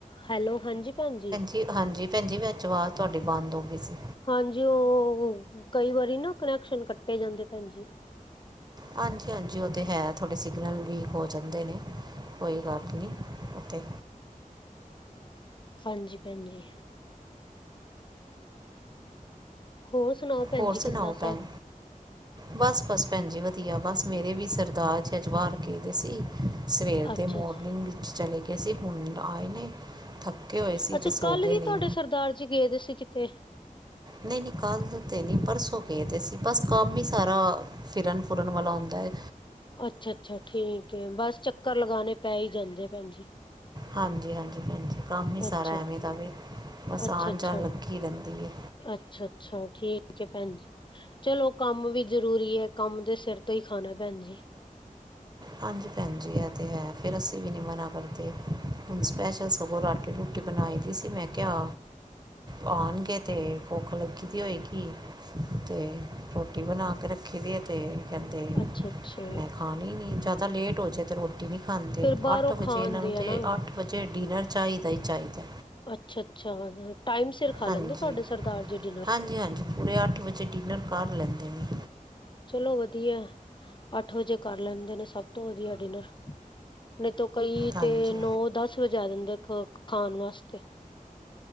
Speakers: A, on the left (about 35°); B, on the right (about 30°).
A: ਹੈਲੋ ਹਾਂਜੀ, ਭੈਨਜੀ।
B: ਕਿ ਹਾਂਜੀ ਭੈਨ ਜੀ ਵਿਚ ਆਵਾਜ ਤੁਆਡੀ ਬੰਦ ਹੋ ਗਈ ਸੀ।
A: ਹਾਂਜੀ ੳਹ ਕਈ ਵਾਰੀ ਨਾ ਕਨੈਕਸ਼ਨ ਕੱਟੇ ਜਾਂਦੇ ਭੈਨਜੀ।
B: ਹਾਂਜੀ ਹਾਂਜੀ ੳਹ ਤੇ ਹੈ ਥੋੜੇ ਸਿਗਨਲ ਵੀਕ ਹੋ ਜਾਂਦੇ ਜਾਂਦੇ ਨੇ ਕੋਈ ਗੱਲ ਨਈ ੳਥੇ
A: ਹਾਂਜੀ ਭੈਨਜੀ। ਹੋਰ ਸੁਣਾਓ ਭੈਨ
B: ਹੋਰ
A: ਜੀ
B: ਸੁਣਾਓ
A: ਕਿਦਾਂ ਸਭ?
B: ਭੈਣ ਬਸ, ਬਸ ਭੈਨ ਜੀ ਵਧੀਆ, ਬਸ ਮੇਰੇ ਵੀ ਸਰਦਾਰ ਜੀ ਅੱਜ ਬਾਹਰ ਗਏ ਦੇ ਸੀ। ਸਵੇਰ
A: ਅੱਛਾ
B: ਦੇ ਮੋਰਨਿੰਗ
A: ਅੱਛਾ
B: ਵਿੱਚ ਚਲੇ ਗਏ ਸੀ ਹੁਣ ਆਏ ਨੇ। ਥੱਕੇ ਹੋਏ ਸੀ
A: ਅੱਛਾ
B: ਤੇ ਸੋ
A: ਕੱਲ
B: ਗਏ
A: ਵੀ
B: ਨੇ।
A: ਤੁਹਾਡੇ ਸਰਦਾਰ ਜੀ ਗਏ ਦੇ ਸੀ ਕਿਤੇ
B: ਨਈ ਨਈ ਕਲ ਤੇ ਨਈ ਪਰਸੋਂ ਗਏ ਦੇ ਸੀ, ਬਸ ਕੰਮ ਈ ਸਾਰਾ ਫਿਰਨ ਫੁਰਨ ਵਾਲਾ ਹੁੰਦਾ ਐ।
A: ਅੱਛਾ ਅੱਛਾ ਠੀਕ ਏ, ਬਸ ਚੱਕਰ ਲਗਾਨੇ ਪੈ ਈ ਜਾਂਦੇ ਆ ਭੈਣਜੀ।
B: ਹਾਂਜੀ ਹਾਂਜੀ ਭੈਨ ਜੀ, ਕੰਮ ਈ
A: ਅੱਛਾ
B: ਸਾਰਾ ਐਵੇਂ ਦਾ ਵੇ ਬਸ
A: ਅੱਛਾ
B: ਆਣ
A: ਅੱਛਾ
B: ਜਾਣ ਲਗੀ ਰੈਂਦੀ ਏ।
A: ਅੱਛਾ ਅੱਛਾ, ਠੀਕ ਏ ਭੈਨ ਜੀ। ਚਲੋ ਕੰਮ ਵੀ ਜਰੂਰੀ ਏ। ਕੰਮ ਦੇ ਸਿਰ ਤੋਂ ਈ ਖਾਨਾ ਭੈਨਜੀ।
B: ਹਾਂਜੀ ਭੈਨ ਜੀ ਐ ਤਾਂ ਹੈ, ਫੇਰ ਅਸੀ ਵੀ ਨੀ ਮਨਾ ਕਰਦੇ। ਹੁਣ ਸਪੈਸ਼ਲ ਸਗੋਂ ਰਾਟੀ ਰੂਟੀ ਬਨਾਈ ਦੀ ਸੀ, ਮੈਂ ਕੇਆ ਆਨਗੇ ਤੇ ਭੋਖ ਲੱਗੀ ਦੀ ਹੋਏਗੀ ਤੇ ਰੋਟੀ ਬਨਾ ਕੇ ਰੱਖ ਰੱਖੀ ਦੇ ਏ ਤੇ ਕੈਂਦੇ
A: ਅੱਛਾ ਅੱਛਾ
B: ਮੈਂ ਖਾਨੀ ਨੀ, ਜਾਦਾ ਲੇਟ ਹੋ ਜੇ ਤੇ ਰੋਟੀ ਰੋਟੀ ਨੀ ਖਾਂਦੇ।
A: ਫੇਰ ਬਾਹਰੋਂ
B: ਅੱਠ ਵਜੇ
A: ਖਾਣਦੇ
B: ਏਨਾ ਨੂੰ ਤੇ
A: ਆ ਨਾ
B: ਅੱਠ ਵਜੇ ਡਿਨਰ ਚਾਈਦਾ ਈ ਚਾਈਦਾ।
A: ਅੱਛਾ ਅੱਛਾ, ਟਾਈਮ ਸਿਰ ਖਾ
B: ਹਾਂਜੀ
A: ਲੈਂਦੇ ਤੁਆਡੇ ਸਰਦਾਰ ਜੀ ਡਿਨਰ।
B: ਹਾਂਜੀ ਹਾਂਜੀ ਪੂਰੇ ਅੱਠ ਵਜੇ ਡਿਨਰ ਕਰ ਲੈਂਦੇ ਨੇ
A: ਚਲੋ ਵਧੀਆ ਅੱਠ ਵਜੇ ਕਰ ਲੈਂਦੇ ਨੇ ਸਭ ਤੋਂ ਵਧੀਆ ਡਿਨਰ ਨਈ ਤੋ ਕਈ
B: ਹਾਂਜੀ
A: ਤੇ ਨੋ, ਦੱਸ ਵਜਾ ਦੇਂਦੇ ਖਾਨ ਵਾਸਤੇ।